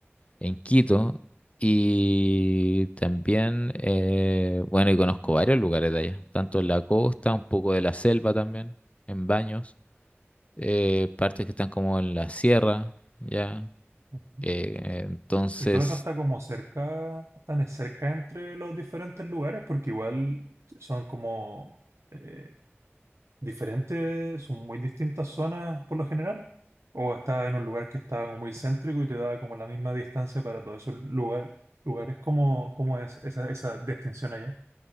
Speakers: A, on the left (about 30°); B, on the right (about 85°).
A: en Quito. Y también, eh, bueno, y conozco varios lugares de allá, tanto en la costa, un poco de la selva también, en Baños, eh, partes que están como en la sierra, ya.
B: Ujú.
A: Eh, entonces,
B: Y todo eso está como cerca, tan cerca entre los diferentes lugares, porque igual son como eh, diferentes, son muy distintas zonas por lo general, o estás en un lugar que está como muy céntrico y te da como la misma distancia para todos esos lugar- lugares, ¿cómo, cómo es esa, esa distinción allá?